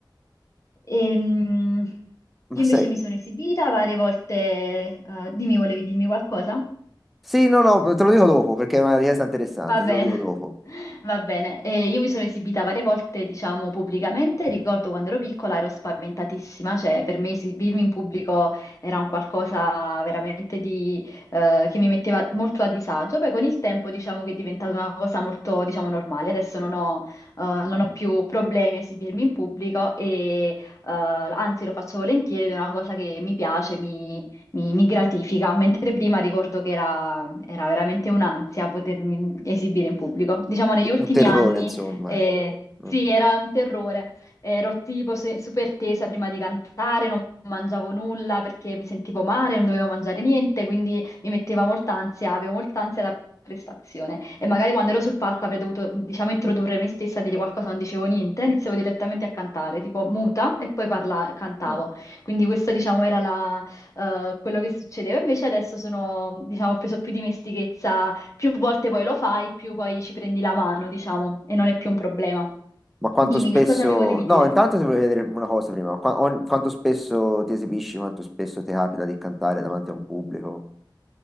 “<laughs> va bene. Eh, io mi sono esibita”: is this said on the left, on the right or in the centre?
Left